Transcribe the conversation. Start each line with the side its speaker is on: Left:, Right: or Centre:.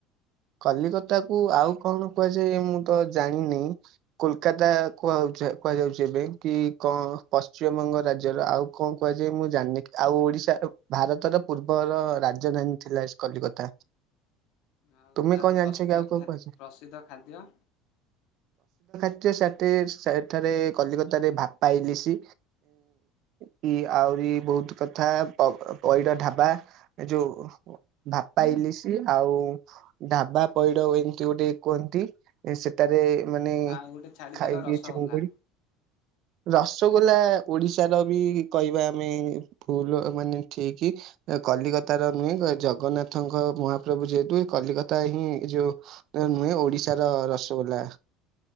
Right: କଲିକ ତାକୁ ଆଉ କଣ କୁହାଯାଏ ମୁଁ ତ ଜାଣିନି କୋଲକାତା କୁହାଯାଉଛି କୁହାଯାଉଛି। କି କଣ ପଶ୍ଚିମବଙ୍ଗ ରାଜ୍ୟର ଆଉ କଣ କୁହାଯାଏ ମୁଁ ଜାଣିନି କି ଆଉ ଓଡିଶାର ଭା ଭାରତର ପୂର୍ବର ରାଜଧାନୀ ଥିଲା ଏସ୍ କଲିକତା।
Left: ଆଉ
Right: ତୁମେ
Left: ତାର
Right: କଣ ଜାଣିଛ
Left: ପ୍ରସିଦ୍ଧ
Right: କି ଆଉ କଣ
Left: ଖାଦ୍
Right: କୁହାଯାଏ?
Left: ପ୍ରସିଦ୍ଧ ଖାଦ୍ୟ?
Right: ସେ ସେଠି ସେଠାରେ କଲିକତାରେ ଭାପାଇଲିସି କି ଆଉ କି ବହୁତ୍ କଥା ପ ପଇଡ ଢାବା ଏ ଯୋଉ ଭାପାଇଲିସି ଆଉ ଆଉ ଢାବା ପଇଡ ଏମିତି ଗୋଟେ କୁହନ୍ତି। ସେଠାରେ ମାନେ
Left: ଆଉ ଗୋଟେ ଛାଡିଦେଲ
Right: ଖାଇକି
Left: ରସଗୋଲା।
Right: ଚିଙ୍ଗୁଡ଼ି ରସଗୋଲା ଓଡିଶାର ବି କହିବା ଆମେ ଭୁଲ୍ ମାନେ ଠିକ୍ ଏ କଲିକତାର ନୁହେଁ ଜଗନ୍ନାଥଙ୍କ ମହାପ୍ରଭୁ ଯେହେତୁ ଏ କଲିକତା ହିଁ ଏ ଯୋଉ ତ ନୁହେଁ ଓଡିଶାର ରସଗୋଲା।